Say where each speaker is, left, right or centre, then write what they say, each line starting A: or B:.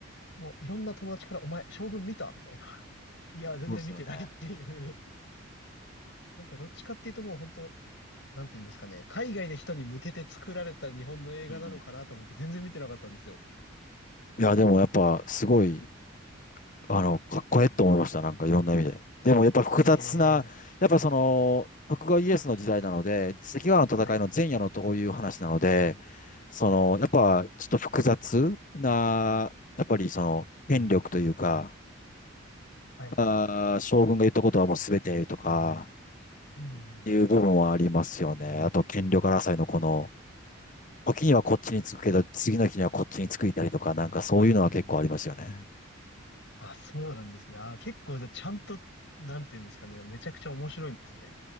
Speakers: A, on the left; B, on the left.
A: もういろんな友達から、お前、将軍見たみたいな。いや、全然見てないっていう。
B: そうですよね。
A: なんかどっちかっていうともう本当なんていうんですかね、海外の人に向けて作られた日本の映画なのかなと思って全然見てなかったんですよ。
B: うん。いや、でもやっぱ、すごい、あの、かっこええと思いました。なんかいろんな意味で。でもやっぱ複雑な、
A: ええ
B: やっぱその、徳川家康の時代なので、関ヶ原の戦いの前夜のとこいう話なので、
A: はい、
B: その、
A: はい、
B: やっぱちょっと複雑な、やっぱりその、権力というか、
A: はい、はい、
B: あー、
A: はい。はい
B: 将軍が言ったことはもう全てとか、
A: うん。
B: いう部分はありますよね。あと、権力争いのこの、時にはこっちに着くけど、次の日にはこっちに着いたりとか、なんかそういうのは結構ありますよね。
A: あ、そうなんですね。あ、結構じゃあちゃんと、なんていうんですかね、めちゃくちゃ面白いんですね。